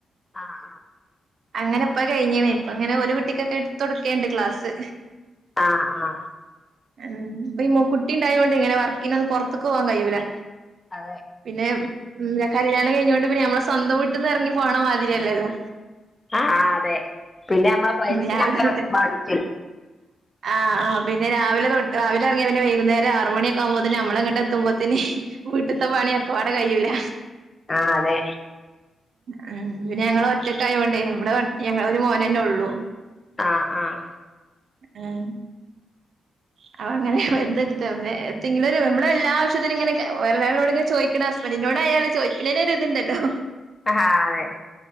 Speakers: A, on the left; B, on the right.
A: ആഹ്
B: അങ്ങനെപ്പൊ കഴിഞ്ഞണ ഇപ്പ അങ്ങനെ ഒരു കുട്ടിക്കൊക്കെ തുടക്കേണ്ട് ക്ലാസ്
A: ആ ആ
B: ഉം ഇപ്പൊ കുട്ടിണ്ടായത് കൊണ്ട് ഇങ്ങനെ വർക്കിന ഒന്നും പുറത്തക്ക് പോവാൻ കഴിയൂല്ല
A: അതെ
B: പിന്നെ ഉ കല്യാണം കഴിഞ്ഞോണ്ട് പിന്നെ നമ്മളെ സ്വന്തം വീട്ടന്ന് ഇറങ്ങി പോണ മാതിരിയല്ലല്ലോ
A: ആഹ് അതെ പിന്നെ നമ്മള പ്രൈവസീനൊക്കെ
B: രാവിലെ തൊട്ട്
A: ബാധിച്ച
B: ആഹ് ആഹ പിന്നെ രാവിലെ രാവിലെ ഇറങ്ങിയ പിന്നെ വൈകുന്നേരം ആറു മണിയക്കെ ആകുമ്പോത്തന്ന നമ്മളെങ്ങോട്ട് എത്തുമ്പോത്തേന് വീട്ടത്തെ പണിയൊക്കെ അടെ കഴയിയൂല
A: ആഹ് അതെ
B: ആഹ പിന്നെ ഞങ്ങള് ഒറ്റക്ക ആയോണ്ടേ നമ്മടെ ഞങ്ങള ഒരു മോനന്നെ ഉള്ളൂ
A: ആഹ് ആഹ്
B: ആഹ് അപ്പ അങ്ങനെ എന്തെടുത്ത പിന്നെ എന്തങ്കിലും നമ്മ എല്ലാാവശ്യത്തിന ഇങ്ങനെ ഒരളോട് ചോദിക്കണ അപ്പന്നോട്യയാലോ ചോദിക്കുന്നേരി ഇതുണ്ടല്ലോ
A: ആഹ് അതെ